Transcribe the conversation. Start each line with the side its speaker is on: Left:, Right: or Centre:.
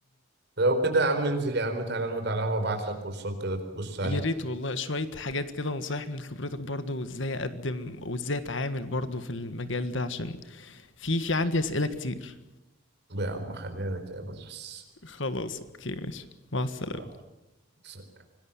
Right: لو كده يا عم انزل يا عم تعالى نقعد على القهوة أبعت لك كورسات كده تبص عليها
Left: يا ريت والله شوية حاجات كده نصايح من خبرتك برضو ازاي اقدم وازاي اتعامل برضو في المجال ده عشان في في عندي اسئلة كتير
Right: يا عم خلينا نتقابل بس
Left: خلاص اوكي ماشي مع السلامة
Right: يلا، سلام.